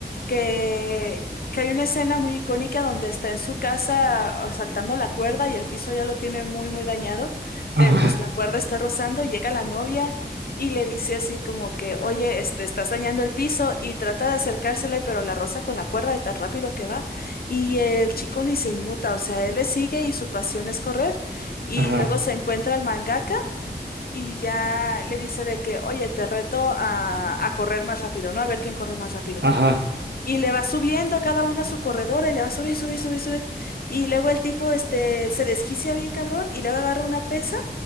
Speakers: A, on the left; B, on the right.
A: que, que hay una escena muy icónica donde está en su casa ah, saltando la cuerda y el piso ya lo tiene muy, muy dañado.
B: ajá,
A: De, pues la cuerda está rozando y llega la novia y le dice así como que, oye, este, estás dañando el piso y trata de acercársele, pero la roza con la cuerda de tan rápido que va. Y el chico ni se inmuta, o sea, él le sigue y su pasión es correr. Y
B: ajá,
A: luego se encuentra el mangaka y ya le dice de que, oye, te reto a, a correr más rápido, ¿no? A ver quién corre más rápido.
B: ajá,
A: Y le va subiendo cada uno a su corredor y le va a subir, subir, subir, subir. Y luego el tipo, este, se desquicia bien cabrón y luego agarra una pesa